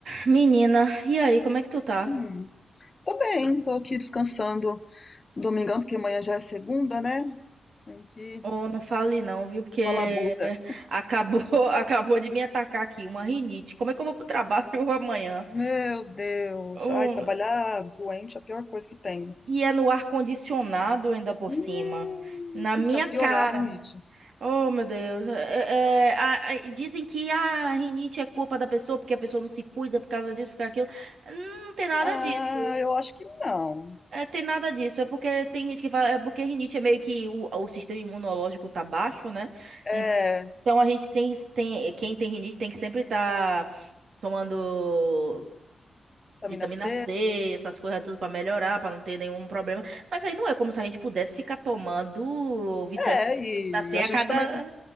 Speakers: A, on the right; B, on the left.
A: Menina, e aí, como é que tu tá?
B: Hum. Tô bem, tô aqui descansando domingão, porque amanhã já é segunda, né? Tem que
A: Oh, não fale não, viu? Porque
B: falar buta.
A: acabou, <laughs> acabou de me atacar aqui uma rinite. Como é que eu vou pro trabalho <laughs> amanhã?
B: Meu Deus,
A: Oh,
B: ai, trabalhar doente é a pior coisa que tem.
A: e é no ar-condicionado ainda por
B: Hum,
A: cima. Na minha
B: pra piorar
A: cara.
B: a rinite.
A: Oh, meu Deus. É- é- a- a- dizem que a rinite é culpa da pessoa, porque a pessoa não se cuida por causa disso, por causa daquilo. Não tem nada
B: Ah,
A: disso.
B: eu acho que não.
A: É, tem nada disso. É porque tem gente que fala. É porque rinite é meio que o, o sistema imunológico tá baixo, né?
B: É,
A: Então a gente tem, tem quem tem rinite tem que sempre estar tomando
B: vitamina
A: vitamina
B: C.
A: C, essas coisas tudo pra melhorar, pra não ter nenhum problema. Mas aí não é como se a gente pudesse ficar tomando vita-
B: É,
A: vitamina
B: e
A: C
B: a
A: a
B: gente
A: cada
B: também.